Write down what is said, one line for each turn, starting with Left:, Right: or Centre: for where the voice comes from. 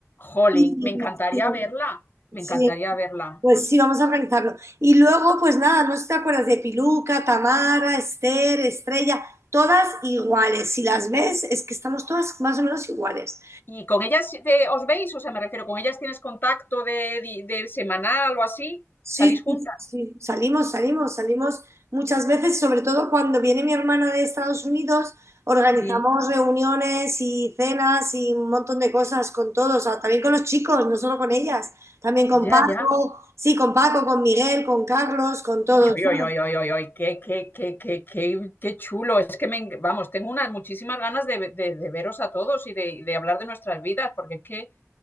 Left: Jolín,
Right: Y-
Left: me encantaría
Right: sí,
Left: verla, me
Right: sí,
Left: encantaría verla.
Right: pues sí, vamos a organizarlo. Y luego, pues nada, no sé si te acuerdas de Piluca, Tamara, Esther, Estrella, todas iguales. Si las ves, es que estamos todas más o menos iguales.
Left: ¿Y con ellas eh, os veis? O sea, me refiero, ¿con ellas tienes contacto de, di- de semanal o así?
Right: Sí,
Left: ¿Salís juntas?
Right: sí, sí, salimos, salimos, salimos muchas veces, sobre todo cuando viene mi hermana de Estados Unidos, organizamos
Left: Sí,
Right: reuniones y cenas y un montón de cosas con todos, ah, también con los chicos, no solo con ellas, también con
Left: ya,
Right: Paco,
Left: ya.
Right: sí, con Paco, con Miguel, con Carlos, con todos.
Left: Uy, uy,
Right: ¿no?
Left: uy, uy, uy, uy, uy, qué, qué, qué, qué, qué, qué chulo. Es que me, en- vamos, tengo unas muchísimas ganas de, de- de veros a todos y de, y de hablar de nuestras vidas, porque es que